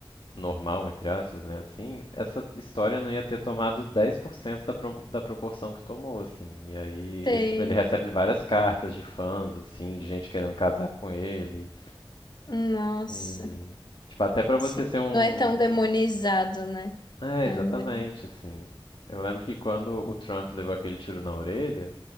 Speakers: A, on the left; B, on the left.
A: normal, entre aspas, né, assim, essa história não ia ter tomado 10% da, pro- da proporção que tomou, assim. E aí
B: Sei.
A: ele, tipo, ele recebe várias cartas de fãs, assim, de gente querendo casar com ele.
B: Nossa.
A: E, tipo, até pra você
B: Sim,
A: ser um,
B: não é tão
A: um-
B: demonizado, né?
A: É,
B: Tão
A: exatamente,
B: ende-
A: assim. Eu lembro que quando o Trump levou aquele tiro na orelha,